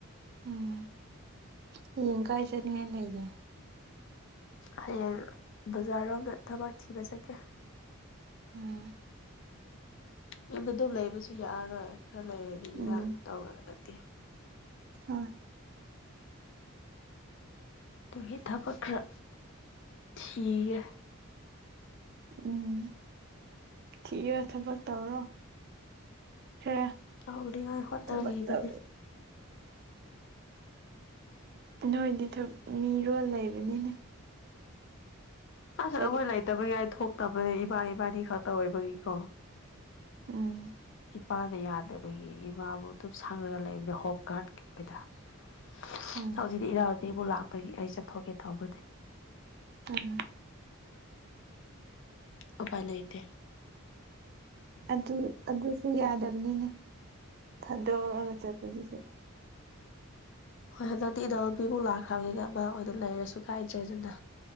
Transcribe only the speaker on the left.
ꯍꯌꯦꯡ ꯕꯖꯥꯔꯔꯣꯝꯗ ꯊꯕꯛ ꯊꯤꯕ ꯆꯠꯀꯦ
ꯌꯨꯝꯗ ꯑꯗꯨꯝ ꯂꯩꯕꯁꯨ ꯌꯥꯔꯔꯣꯏ ꯈꯔ ꯂꯩꯔꯗꯤ ꯏꯔꯥꯡ
ꯇꯧꯔꯛꯑꯗꯤ
ꯑꯗꯨꯒꯤ ꯊꯕꯛ ꯈꯔ ꯊꯤꯒꯦ
ꯇꯧꯅꯤꯡꯉꯥꯏ ꯍꯣꯠꯅꯔꯤꯕꯅꯦ
ꯑꯁ
ꯑꯈꯣꯏ ꯂꯩꯇꯕꯒꯤ ꯑꯩ ꯊꯣꯛꯇꯕꯅꯦ ꯏꯃꯥ ꯏꯕꯥꯅꯤ ꯈꯛꯇ ꯑꯣꯏꯕꯒꯤꯀꯣ
ꯏꯄꯥꯗ ꯌꯥꯗꯕꯒꯤ ꯏꯃꯥꯕꯨ ꯗꯨꯞ ꯁꯪꯂꯒ ꯂꯩꯕꯅꯦ ꯍꯣꯝ ꯒꯥꯔꯗꯀꯤ <unintelligible>
ꯍꯧꯖꯤꯛꯇꯤ ꯏꯅꯥꯎꯄꯤꯃꯨꯛ ꯂꯥꯛꯄꯒꯤ ꯑꯩ ꯆꯠꯊꯣꯛꯀꯦ ꯇꯧꯕꯅꯦ
ꯎꯄꯥꯏ ꯂꯩꯇꯦ
ꯍꯣꯏ ꯍꯟꯗꯛꯇꯤ ꯏꯅꯥꯎꯅꯨꯄꯤꯃꯨꯛ ꯂꯥꯛꯈ꯭ꯔꯕꯅꯤꯅ ꯃꯥ ꯑꯣꯏꯅ ꯂꯩꯔꯁꯨ ꯀꯥꯏꯗ꯭ꯔꯦꯗꯅ